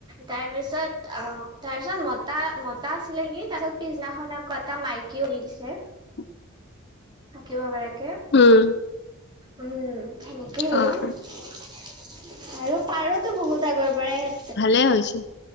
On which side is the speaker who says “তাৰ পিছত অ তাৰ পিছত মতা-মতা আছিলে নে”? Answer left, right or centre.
Right